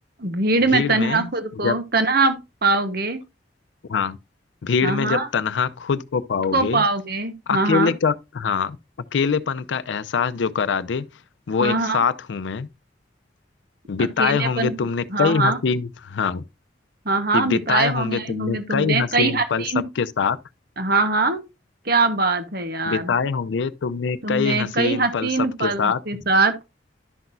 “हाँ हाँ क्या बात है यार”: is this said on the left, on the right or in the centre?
Right